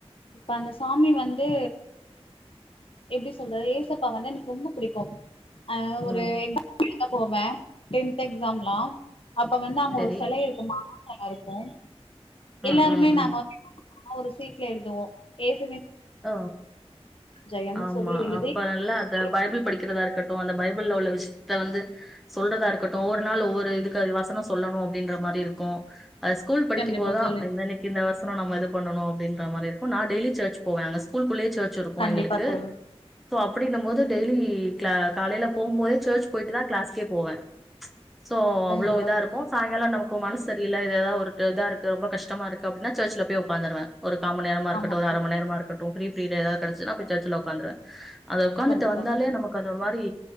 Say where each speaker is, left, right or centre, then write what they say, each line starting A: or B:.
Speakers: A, on the left; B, in the centre.
A: இப்ப அந்த சாமி வந்து எப்படி சொல்றது ஏசப்பா வந்து எனக்கு ரொம்ப பிடிக்கும் அஹ்
B: ம்.
A: ஒரு எக்ஸாம்லா எழுத போவே டென்த் எக்ஸாம்லாம் அப்ப வந்து அங்க
B: சரி.
A: ஒரு சிலை இருக்கும் மாதா செல இருக்கும் எல்லாருமே
B: ம், ம், ம்.
A: நாங்க ஆ ஒரு சீட்ல எழுதுவோம் ஏசி
B: ஹ
A: ஜெயம்னு
B: ஆமா
A: சொல்லி எழுதி
B: அப்பல்லா அத
A: ஒரு
B: பைபிள் படிக்கிறதா இருக்கட்டும் அந்த பைபிள் உள்ள விஷயத்த வந்து சொல்றதா இருக்கட்டும் ஒவ்வொரு நாள் ஒவ்வொரு இதுக்கு வசனம் சொல்லணும் அப்படின்ற மாரி இருக்கும் அஹ் ஸ்கூல் படிக்கும்
A: கண்டிப்பா
B: போதான்
A: தோழி
B: இந்த இன்னைக்கு இந்த வசனம் நம்ம இது பண்ணும்ப்படின்ற மாரி இருக்கும் நான் டெயலி சர்ச் போவே அங்க ஸ்கூலக்குள்ளயே சர்ச் இருக்கும்
A: கண்டிப்பா
B: எங்களுக்கு
A: தோழி
B: ஷோ அப்படின்னும் போது டெய்லி கிளா காலையில போம் போதே சர்ச் போயிட்டு தான் கிளாஸ்கே போவேன் சோ
A: கண்டிப்பா
B: அவ்ளவு இத
A: தோழி
B: இருக்கும் சாயங்காலம் நமக்கு ப்போ மனச சரியில்ல ஏதாவ ஒரு இதா இருக்கு ரொம்ப கஷ்டமா இருக்கு அப்படின்னா சர்ச்ல போய் உக்காந்துருவே ஒரு காமணிேரமா இருக்கட்டும்
A: ஆமா
B: ஒரு
A: தோழி
B: அரை மண நேரமா இருக்கும் ஃப்ரீப்ரீட் ஏதாது கிடச்சான்னா சர்ச்சல உக்காந்துருவேன் அத உக்காந்துட்டு
A: கண்டிப்பா
B: வந்தாலே
A: தோழி
B: நமக்கு அது மாரி